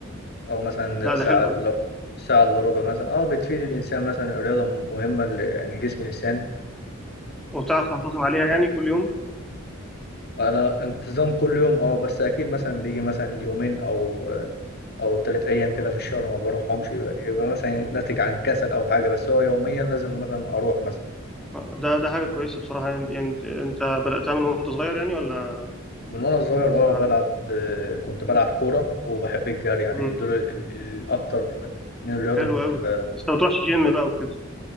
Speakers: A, on the left; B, in the centre.
A: او مثلا
B: لا
A: ساعة
B: ده حلو قوي
A: لا ساعة الا ربع مثلا اه بتفيد الانسان مثلا الرياضة مهمة ل- يعني الجسم والانسان
B: وبتعرف تنتظم عليها يعني كل يوم
A: انا انتظام كل يوم اه بس اكيد مثلا بيجي مثلا يومين او او ثلاث ايام كده في الشهر ما بروحهمش يبقى يبقى مثلا ناتج عن كسل او حاجه بس هو يوميا لازم مثلا اروح مثلا
B: ده ده حاجة كويسة بصراحة يعني يعني انت انت بدأتها من وانت صغير يعني ولا
A: من وانا صغير
B: آه،
A: اه بلعب
B: على-
A: آه، كنت بلعب كوره وبحب الجري يعني
B: مم،
A: دول ال- الاكتر من الرياضه
B: حلو
A: كنت
B: قوي
A: ب...
B: بس انت ما بتروحش جيم بقى وكده